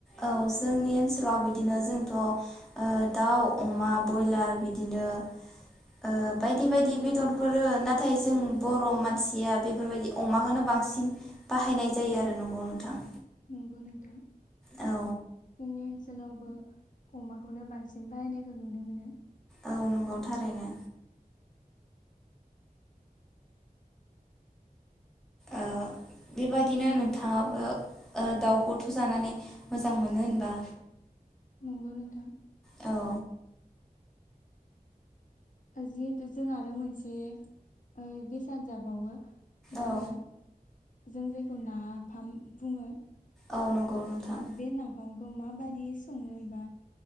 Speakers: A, in the centre; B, on the left.
A: औ जोंनि ओनसोलाव बिदिनो जोंथ ओ दाउ अमा बयलार बिदिनो ओ बायदि बायदि बेदरफोर नाथाय जों बर मानसिया बे बेफोरबायदि अमाखौनो बांसिन बाहायनाय जायो आरो नंगौ <inaudible>
B: नंगौ नोंथां
A: औ
B: जोंनि ओनसोलावबो अमाखौनो बांसिन बाहायनायखौ नुनो मोनो
A: औ नंगौ थारैनो औ बेबायदिनो
B: ओ
A: नोंथाङाबो ओ दाउखौथ जानानै मोजां मोनो होनबा
B: नंगौ नोंथां
A: औ
B: जिहेथु जों आरो मोनसे ओ बेसाद जाबावो मा
A: औ
B: होनो जों जायखौ नाफाम बुङो
A: औ नंगौ नोंथां
B: उम बे नाफाम उम माबायदि संङो एबा